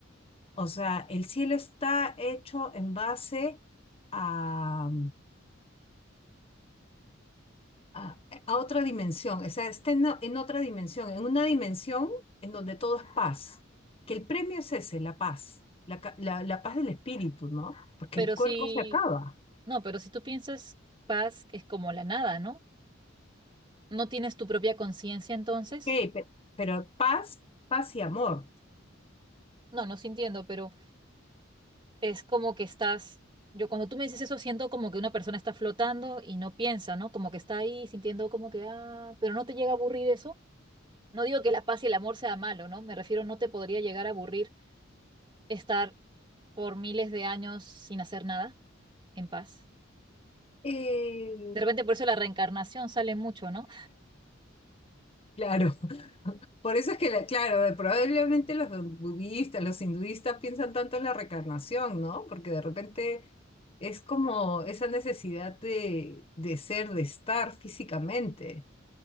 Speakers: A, on the left; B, on the right.
A: O sea, el cielo está hecho en base a, a, a otra dimensión, o sea, está en, o- en otra dimensión, en una dimensión en donde todo es paz, que el premio es ese, la paz, la, ca- la- la paz del espíritu, ¿no? Porque
B: Pero
A: el cuerpo
B: si,
A: se acaba,
B: no, pero si tú piensas paz es como la nada, ¿no? ¿No tienes tu propia conciencia entonces?
A: ok, pe- pero, paz, paz y amor.
B: No, no sintiendo pero... es como que estás, yo cuando tú me dices eso siento como que una persona está flotando y no piensa, ¿no? Como que está ahí sintiendo como que, ah, pero no te llega a aburrir eso. No digo que la paz y el amor sea malo, ¿no? Me refiero, no te podría llegar a aburrir estar por miles de años sin hacer nada, en paz.
A: Eh,
B: De repente por eso la reencarnación sale mucho, ¿no?
A: Claro, <laughs> por eso es que, la- claro, probablemente los budistas, los hinduistas piensan tanto en la reencarnación, ¿no? Porque de repente es como esa necesidad de, de ser, de estar físicamente.